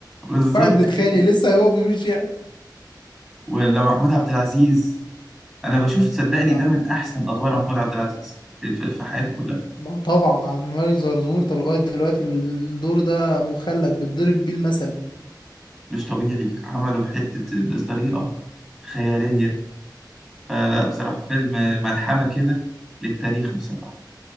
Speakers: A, in the centre; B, on the left.
A: بالظبط
B: واحد متخانق
A: كده
B: لسه هيقف يمشي
A: ولا محمود عبد العزيز انا بشوف صدقني
B: محمود عبد
A: ده
B: العزيز
A: من احسن ادوار
B: طبعا
A: محمود عبد العزيز في في- في حياته كلها
B: ما هو طبعا عبد الملك زرزور ده لغاية دلوقتي الدور ده مخلد بيتضرب بيه المثل
A: مش طبيعي عمله بحتة بطريقة خيالية فلا بصراحة فيلم ملحمة كده للتاريخ بصراحة